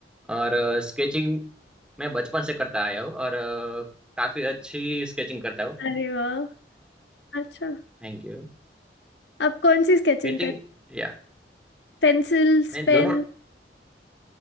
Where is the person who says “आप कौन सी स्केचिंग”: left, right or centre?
Left